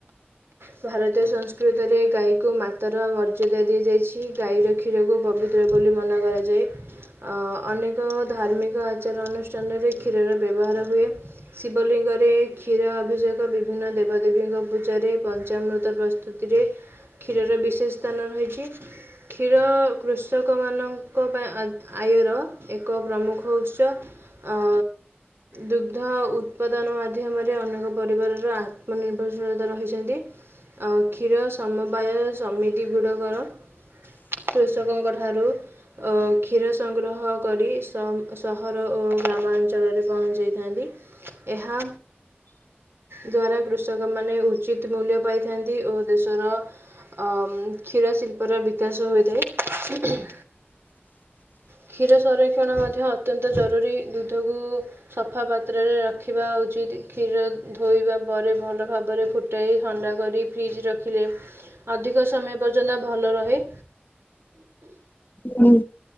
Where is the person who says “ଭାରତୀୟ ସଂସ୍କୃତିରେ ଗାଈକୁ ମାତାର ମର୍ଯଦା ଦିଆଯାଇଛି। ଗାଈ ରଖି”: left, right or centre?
Right